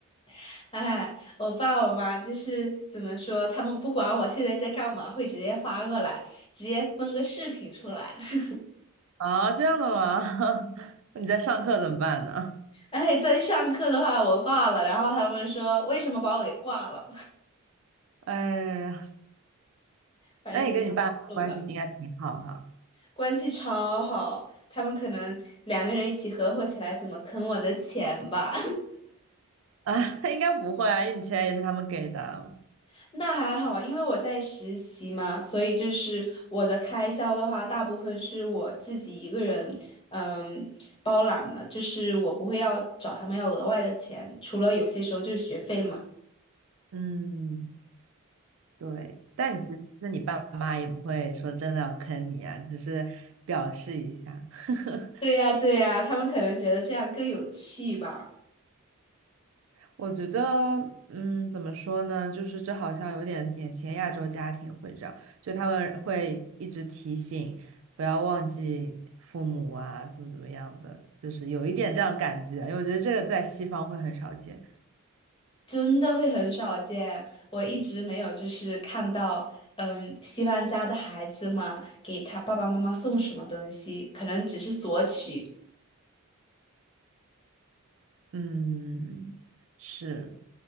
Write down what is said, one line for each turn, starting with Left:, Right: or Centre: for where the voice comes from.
Left: <laughs> 哎，我爸我妈就是怎么说，他们不管我现在在干嘛，会直接发过来，直接崩个视频出来。<laughs>
Right: 啊，这样的吗？<laughs> 你在上课怎么办呢？
Left: 哎，在上课的话我挂了，然后他们说为什么把我给挂了？
Right: 哎呀，
Left: 反正他蛮逗的，
Right: 那你跟你爸妈关系应该挺好哈？
Left: 关系超好。他们可能两个人一起合伙起来，怎么坑我的钱吧？
Right: 啊，<laughs> 应该不会啊，因为你钱也是他们给的。
Left: <laughs> 那还好，因为我在实习嘛，所以就是我的开销的话，大部分是我自己一个人，嗯，包揽了，就是我不会要找他们要额外的钱，除了有些时候就是学费嘛。
Right: 嗯，对。但你其实你爸妈也不会说真的要坑你啊，只是表示一下。<laughs>
Left: 对呀，对呀，他们可能觉得这样更有趣吧。
Right: 我觉得，嗯，怎么说呢？就是这好像有点典型亚洲家庭会这样，就他们会一直提醒不要忘记父母啊，怎么怎么样的，就是有一点这样感觉，因为我觉得这个在西方会很少见。
Left: 真的会很少见，我一直没有就是看到，嗯，西方家的孩子嘛，给他爸爸妈妈送什么东西，可能只是索取，
Right: 嗯，是，